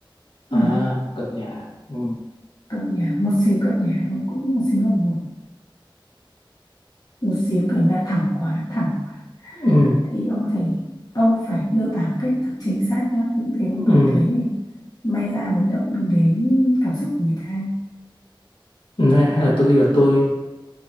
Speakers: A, on the left; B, on the left.
A: à
B: ừ,
A: à, cập nhà ừ.
B: cợt nhả một xíu cợt nhả và cũng một xíu là một một xíu kiểu như là thẳng quá thẳng quá
A: Ừ.
B: thì ông có thể ông phải miêu tả một cách thật chính xác nhá những gì ông
A: Ừ.
B: cảm thấy thì may ra mới động được đến cảm xúc của người ta
A: Hay, hay là tôi ghi là tôi